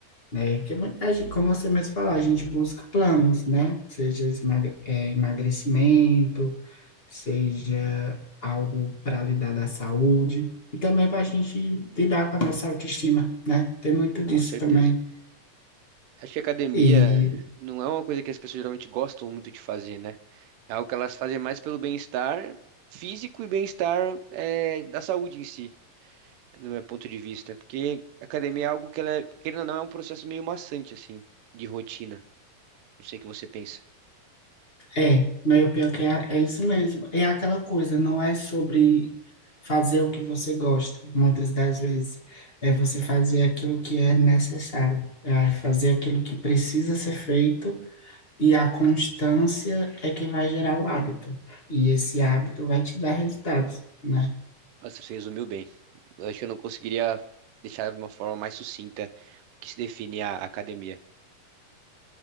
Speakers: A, on the left (about 20°); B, on the right (about 75°).
A: né? Que muita gente,
B: Sim.
A: como você mesmo falou, a gente busca planos, né? Seja esmag- é, emagrecimento, seja algo para lidar da saúde e também para a gente lidar com a nossa autoestima, né? Tem muito disso
B: Com certeza.
A: também.
B: Acho que academia
A: E
B: não é uma coisa que as pessoas geralmente gostam muito de fazer, né? É algo que elas fazem mais pelo bem-estar físico e bem-estar é, da saúde em si, no meu ponto de vista. Porque academia é algo que, ela, é, querendo ou não, é um processo meio maçante, assim, de rotina. Não sei o que você pensa.
A: é, meio pior que é, é isso mesmo. É aquela coisa, não é sobre fazer o que você gosta, muitas das vezes. É você fazer aquilo que é necessário, é fazer aquilo que precisa ser feito. E a constância é que vai gerar o hábito. E esse hábito vai te dar resultados, né?
B: Nossa, você resumiu bem. Eu acho que eu não conseguiria deixar de uma forma mais sucinta o que se define a academia.